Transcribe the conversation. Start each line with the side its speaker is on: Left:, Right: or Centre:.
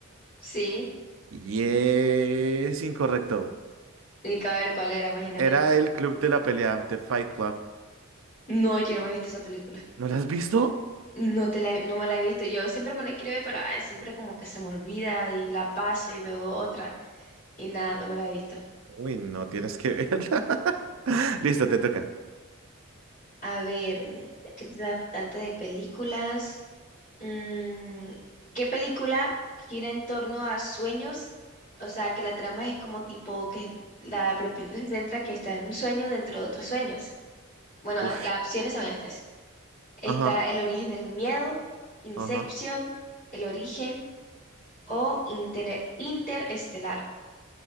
Left: Sí.
Right: Y es incorrecto.
Left: Ni que a ver cuál era, imagínate.
Right: Era el club de la pelea, The Fight Club.
Left: No, yo no me he visto esa película.
Right: ¿No la has visto?
Left: No te la, he- no me la he visto. Yo siempre me la escribo, pero ay, siempre como que se me olvida y la paso y me veo otra. Y nada, no me la he visto.
Right: Uy, no tienes que verla. <laughs> Listo, te toca.
Left: A ver, que da tanto de películas. Mm, ¿qué película gira en torno a sueños? O sea, que la trama es como tipo que la, la película se centra que está en un sueño dentro de otros sueños. Bueno,
Right: Uf.
Left: las opciones son estas. Está
Right: Ajá,
Left: El origen del miedo, Inception,
Right: ajá.
Left: El origen o Intele- Interestelar.